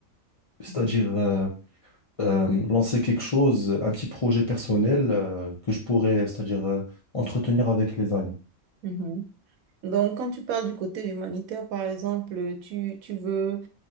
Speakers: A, on the left; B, on the right.
A: C'est-à-dire,
B: mhm,
A: euh, euh, lancer quelque chose, un petit projet personnel euh, que je pourrais, c'est-à-dire euh, entretenir avec les années.
B: Mhm. Donc, quand tu parles du côté humanitaire, par exemple, tu, tu veux